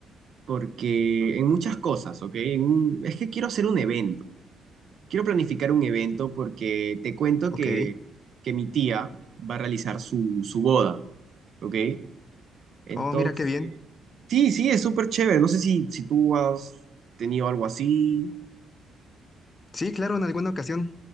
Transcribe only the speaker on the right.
porque en muchas cosas, ¿ok? En un- es que quiero hacer un evento. Quiero planificar un evento porque te cuento
que, que mi tía va a realizar su, su boda, ¿ok? Entonces,
sí, sí, es súper chévere. No sé si, si tú has tenido algo así.